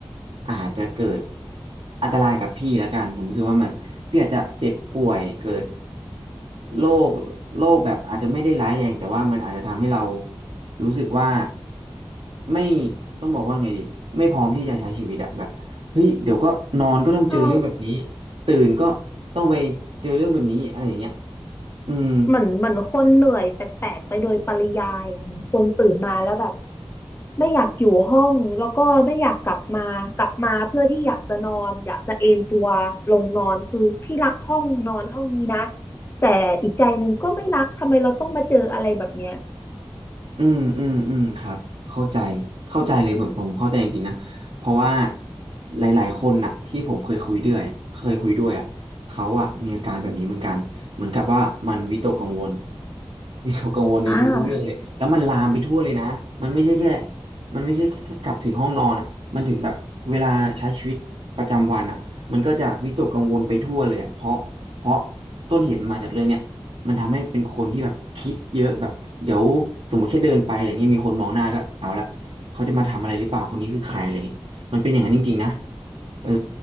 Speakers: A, on the right; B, on the left.
A: อาจจะเกิดอันตรายกับพี่แล้วกัน ผมรู้สึกว่ามันพี่อาจจะเจ็บป่วยเกิดโรคโรคแบบอาจจะไม่ได้ร้ายแรงแต่ว่ามันอาจจะทำให้เรารู้สึกว่าไม่ต้องบอกว่าไงดีไม่พร้อมที่จะใช้ชีวิตอะแบบเฮ้ยเดี๋ยวก็นอนก็ต้องเจอเรื่องแบบนี้
B: ใช่
A: ตื่นก็ต้องไปเจอเรื่องแบบนี้อะไรอย่างเงี้ยอืม
B: เหมือนเหมือนคนเหนื่อยแปลกๆไปโดยปริยายอ่ะเหมือนคนตื่นมาแล้วแบบไม่อยากอยู่ห้องแล้วก็ไม่อยากกลับมากลับมาเพื่อที่อยากจะนอนอยากจะเอนตัวลงนอนคือพี่รักห้องนอนห้องนี้นะแต่อีกใจหนึ่งก็ไม่รักทำไมเราต้องมาเจออะไรแบบเนี้ย
A: อืมอืมอืมครับเข้าใจเข้าใจเลยผมผมเข้าใจจริงๆนะเพราะว่าหลายๆคนน่ะที่ผมเคยคุยด้วยเคยคุยด้วยอ่ะเขาอ่ะมีอาการแบบนี้เหมือนกันเหมือนกับว่ามันวิตกกังวลวิตกกังวลในทุกๆเรื่องเลยแล้วมันลามไปทั่วเลยนะมันไม่ใช่แค่
B: อ่า
A: มันไม่ใช่แค่กลับถึงห้องนอนอ่ะมันถึงแบบเวลาใช้ชีวิตประจำวันอ่ะมันก็จะวิตกกังวลไปทั่วเลยอ่ะเพราะเพราะต้นเหตุมันมาจากเรื่องเนี้ย มันทำให้เป็นคนที่แบบคิดเยอะแบบเดี๋ยวสมมติแค่เดินไปอะไรเงี้ยมีคนมองหน้าก็เอาละเขาจะมาทำอะไรหรือเปล่าคนนี้คือใครอะไรเงี้ยมันเป็นอย่างนั้นจริงๆนะเออ